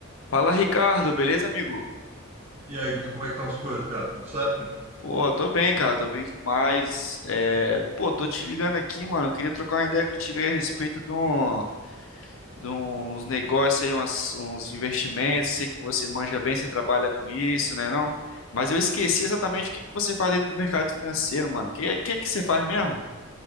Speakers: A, on the left; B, on the right.
A: Fala, Ricardo, beleza, amigo?
B: E aí, Guto, como é que estão as coisas, cara? Tudo certo?
A: Pô, tô bem, cara, tô bem demais. É, pô, tô te ligando aqui, mano. Eu queria trocar uma ideia contigo aí a respeito de, um, de um- uns negócios aí, umas- uns investimentos. Sei que você manja bem, você trabalha com isso, né, não? Mas eu esqueci exatamente o que que você faz dentro do mercado financeiro, mano. O que, que que você faz mesmo?